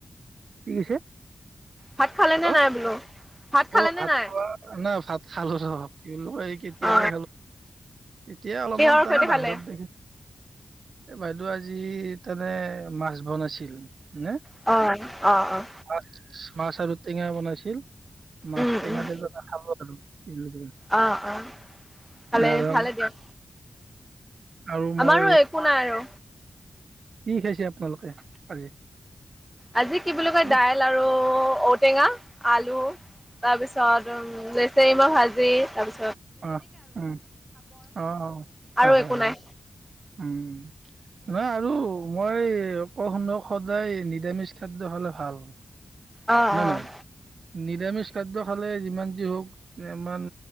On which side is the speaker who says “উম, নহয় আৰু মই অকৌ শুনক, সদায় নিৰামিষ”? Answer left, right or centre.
Right